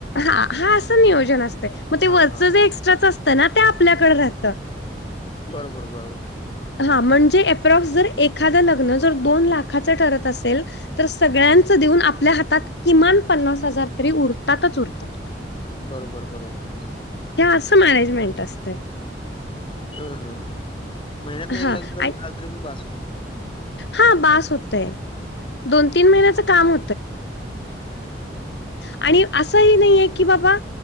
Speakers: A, on the left; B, on the left.
A: हा हा असं नियोजन असतय. मग ते
B: हा
A: वरच
B: हा हा
A: जे एक्स्ट्राच असतं ना ते आपल्याकडे राह
B: बरोबर, बरोबर.
A: हा म्हणजे अप्रॉक्स जर एखादं लग्न जर दोन लाखाचं ठरत असेल तर सगळ्यांच देऊन आपल्या हातात किमान पन्नास हजार तरी उरतातच <unintelligible>
B: बरोबर बरोबर
A: हे असं मॅनेजमेंट असतंय
B: अ ह महिन्यातन
A: हा
B: एक लग्न जरी
A: आणि
B: मिळालं तरी बी बास होतय
A: हा बास होतय दोन तीन महिन्याचं काम आणि असं ह नाही आहे की बाबा